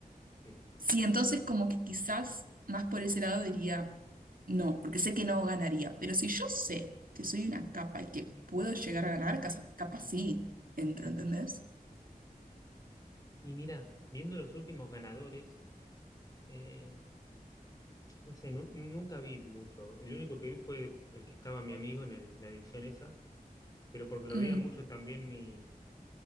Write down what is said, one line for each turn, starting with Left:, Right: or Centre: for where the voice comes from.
Left: ok.
Right: Sí, entonces como que quizás más por ese lado diría no, porque sé que no ganaría, pero si yo sé que soy una capa y que puedo llegar a ganar, casa- capaz sí, entro, ¿entendés?
Left: Y mira, viendo los últimos ganadores, eh, no sé, nu- nunca vi mucho. El único que vi fue el que estaba mi amigo en el- la edición esa, pero porque lo
Right: Mm,
Left: veía mucho también mi,